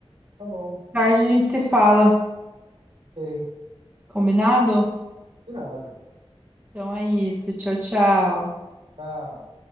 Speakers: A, on the right (about 60°); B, on the right (about 15°).
A: Tá bom.
B: Tarde a gente se fala,
A: Ok.
B: combinado?
A: Irado.
B: Então é isso. Tchau, tchau.
A: Tchau.